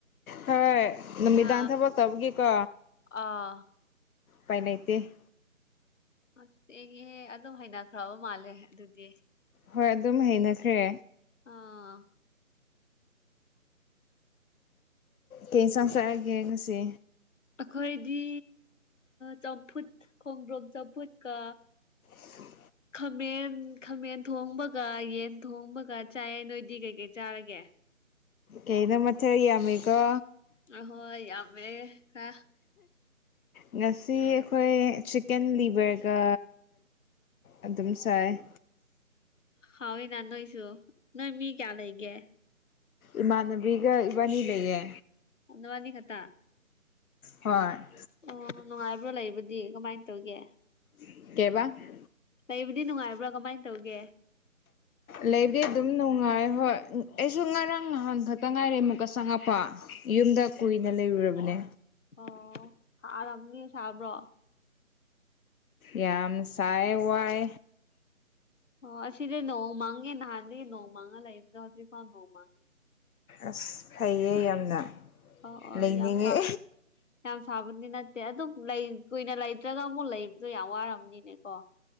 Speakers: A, on the left (about 85°); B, on the left (about 60°).
A: ꯍꯣꯏ ꯅꯨꯃꯤꯗꯥꯡ
B: ꯑ
A: ꯊꯕꯛꯇꯧꯕꯒꯤꯀꯣ
B: ꯑꯥ
A: ꯄꯥꯏꯅꯦꯇꯦ
B: ꯑꯁꯍ ꯑꯗꯨꯝ ꯍꯩꯅꯈ꯭ꯔꯕ ꯃꯥꯜꯂꯦ ꯑꯗꯨꯗꯤ
A: ꯍꯣꯏ ꯑꯗꯨꯝ ꯍꯩꯅꯈ꯭ꯔꯦ
B: ꯑꯥ
A: ꯀꯌꯦ ꯆꯪꯁꯛꯑꯒꯦ ꯉꯁꯤ
B: ꯑꯩꯈꯣꯏꯗꯤ ꯆꯝꯐꯨꯠ ꯈꯣꯡꯗ꯭ꯔꯣꯡ ꯆꯝꯐꯨꯠꯀ
A: ꯎꯝ
B: ꯈꯥꯃꯦꯟ ꯈꯥꯃꯦꯟ ꯊꯣꯡꯕꯒ ꯌꯦꯟ ꯊꯣꯡꯕꯒ ꯆꯥꯏꯌꯦ ꯅꯣꯏꯗꯤ ꯀꯩꯀꯩ ꯆꯥꯔꯒꯦ
A: ꯀꯩꯗ ꯃꯊꯦꯌꯥꯃꯤꯒꯣ
B: ꯑ ꯍꯣꯏ ꯌꯥꯕꯦ ꯍꯥ
A: ꯉꯁꯤ ꯑꯩꯈꯣꯏ ꯆꯤꯛꯀꯟ ꯂꯤꯕꯔꯒ ꯑꯗꯨꯝ ꯁꯥꯏ
B: ꯍꯥꯎꯤ ꯅ ꯅꯣꯏꯁꯨ ꯅꯣꯏ ꯃꯤ ꯀꯌꯥ ꯂꯩꯒꯦ
A: ꯏꯃꯥꯟꯅꯕꯤꯒ ꯏꯕꯥꯅꯤ ꯂꯩꯌꯦ
B: ꯑꯗꯋꯥꯅꯤ ꯈꯠꯇ
A: ꯍꯣꯏ
B: ꯑꯣ ꯅꯨꯡꯉꯥꯏꯕ꯭ꯔꯥ ꯂꯩꯕꯗꯤ ꯀꯃꯥꯏꯅ ꯇꯧꯒꯦ
A: <unintelligible>
B: ꯂꯩꯕꯨꯗꯤ ꯅꯨꯡꯉꯥꯏꯕ꯭ꯔꯥ ꯀꯃꯥꯏꯅ ꯇꯧꯒꯦ
A: ꯂꯩꯕꯨꯗꯤ ꯑꯗꯨꯝ ꯅꯨꯡꯉꯥꯏ ꯍꯣꯏ ꯑꯩꯁꯨ ꯉꯔꯥꯡ ꯅꯍꯥꯟ ꯈꯛꯇ ꯉꯥꯏꯔꯦ ꯑꯃꯨꯛꯀ ꯆꯪꯉꯛꯄ ꯌꯨꯝꯗ ꯀꯨꯏꯅ ꯂꯩꯔꯨꯔꯕꯅꯦ
B: ꯑꯣ ꯁꯥꯔꯅꯤ ꯁꯥꯕ꯭ꯔꯣ
A: ꯌꯥꯝ ꯁꯥꯏ ꯋꯥꯏ
B: ꯍ ꯑꯁꯤꯗꯤ ꯅꯣꯡ ꯃꯥꯥꯡꯒꯦ ꯅꯍꯥꯟꯦ ꯅꯣꯡ ꯃꯥꯥꯡꯉ ꯂꯥꯛꯗ ꯍꯧꯖꯤ ꯐꯥꯎ ꯅꯣꯡ ꯃꯥꯥꯡꯉꯦ
A: ꯑꯁ ꯐꯩꯌꯦ ꯌꯥꯝꯅ
B: ꯑꯣ
A: ꯂꯩꯅꯤꯡꯉꯦ
B: ꯑꯣ ꯌꯥꯝ ꯁꯥ ꯌꯥꯝ ꯁꯥꯕꯗꯤ ꯅꯠꯇꯦ ꯑꯗꯨꯝ ꯂꯩ ꯀꯨꯏꯅ ꯂꯩꯇ꯭ꯔꯒ ꯑꯃꯨꯛ ꯂꯩꯕꯗꯣ ꯌꯥꯝ ꯋꯥꯔꯕꯅꯤꯅꯦ ꯀꯣ